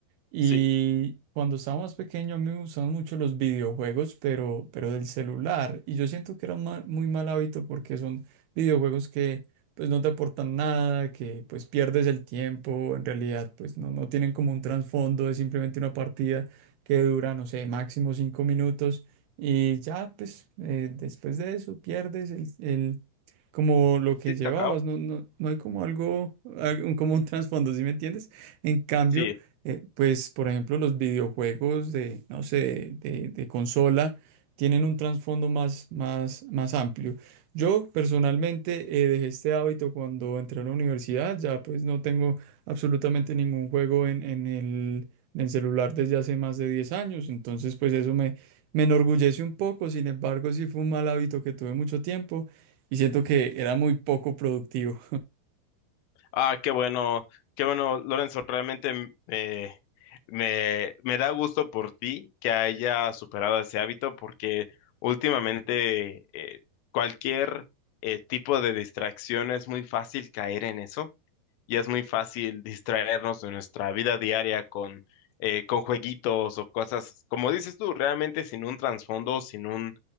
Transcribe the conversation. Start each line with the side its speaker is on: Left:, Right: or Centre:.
Right: Y
Left: sí,
Right: cuando estaba más pequeño a mí me gustaban mucho los videojuegos, pero, pero del celular. Y yo siento que era un mal- muy mal hábito porque son videojuegos que pues no te aportan nada, que pues pierdes el tiempo, en realidad pues no, no tienen como un trasfondo, es simplemente una partida que dura, no sé, máximo cinco minutos. Y ya pues eh, después de eso pierdes el, el- como lo que
Left: sí,
Right: llevabas,
Left: se acaba.
Right: no, no, no hay como algo, algo- como un trasfondo, ¿sí me entiendes? En cambio
Left: Sí,
Right: eh, pues, por ejemplo, los videojuegos de, no sé, de, de consola tienen un trasfondo más, más, más amplio. Yo personalmente eh, dejé este hábito cuando entré a la universidad, ya pues no tengo absolutamente ningún juego en, en el, en el celular desde hace más de 10 años, entonces pues eso me, me enorgullece un poco, sin embargo sí fue un mal hábito que tuve mucho tiempo y siento que era muy poco productivo.
Left: Ah, qué bueno, qué bueno, Lorenzo, realmente me me, me da gusto por ti que haya superado ese hábito porque últimamente eh, cualquier eh, tipo de distracción es muy fácil caer en eso y es muy fácil distraernos de nuestra vida diaria con, eh, con jueguitos o cosas, como dices tú, realmente sin un trasfondo, sin un,